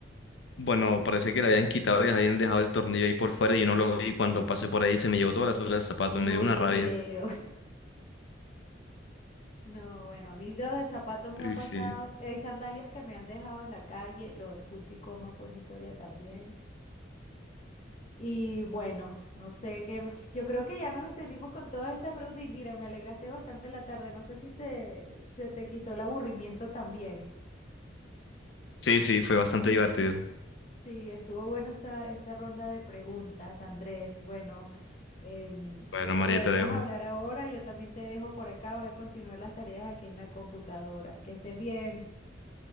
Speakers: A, on the left (about 70°); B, on the left (about 40°).
A: Bueno, parece que le habían quitado y habían dejado el tornillo ahí por fuera y yo no lo vi. Cuando pasé por ahí se me llevó toda la suela del zapato,
B: No
A: me dio una
B: te
A: rabia.
B: creo. No, bueno, a mí lo del zapato me
A: Y
B: ha pasado.
A: sí,
B: Hay sandalias que me han dejado en la calle. Lo del punto y coma fue una historia también. Y bueno, no sé qué. m- Yo creo que ya nos extendimos con todas estas preguntas. Y mira, me alegraste bastante la tarde. No sé si te, se te quitó el aburrimiento también.
A: sí, sí, fue bastante
B: <laughs>
A: divertido.
B: Sí, estuvo buena esta, esta ronda de preguntas, Andrés. Bueno, em,
A: Bueno, María,
B: podemos
A: te dejo.
B: hablar ahora. Yo también te dejo por acá. Voy a continuar las tareas aquí en la computadora. Que estés bien.